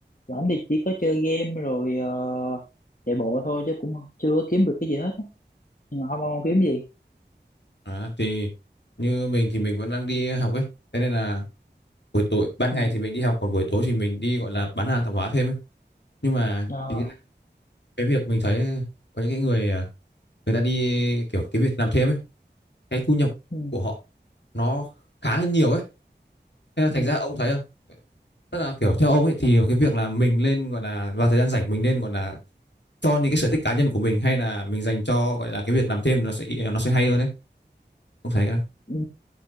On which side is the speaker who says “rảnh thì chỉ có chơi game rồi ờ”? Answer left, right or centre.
Left